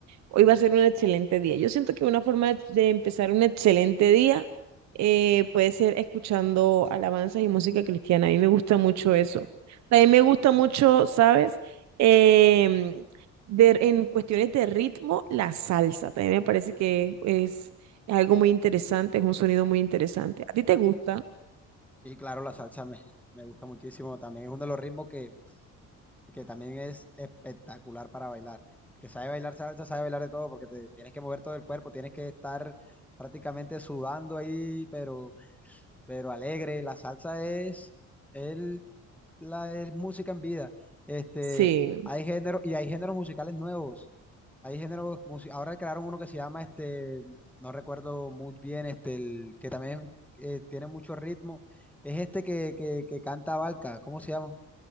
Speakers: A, on the right; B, in the centre.
A: hoy va a ser un excelente día. Yo siento que una forma de empezar un excelente día eh, puede ser escuchando alabanzas y música cristiana. A mí me gusta mucho eso. También me gusta mucho, ¿sabes? Em, de- en cuestiones de ritmo, la salsa. También me parece que es, es algo muy interesante, es un sonido muy interesante. ¿A ti te gusta?
B: Sí, claro, la salsa me, me gusta muchísimo, también es uno de los ritmos que, que también es espectacular para bailar. El Que sabe bailar salsa, sabe bailar de todo porque te tienes que mover todo el cuerpo, tienes que estar prácticamente sudando ahí, pero pero alegre. La salsa es, el, la, es música en vida. Este,
A: Sí.
B: hay género, y hay géneros musicales nuevos. Hay géneros, musi- ahora crearon uno que se llama, este, no recuerdo muy bien, este, el, que también eh, tiene mucho ritmo. Es este que, que, que canta Valka, ¿cómo se llama?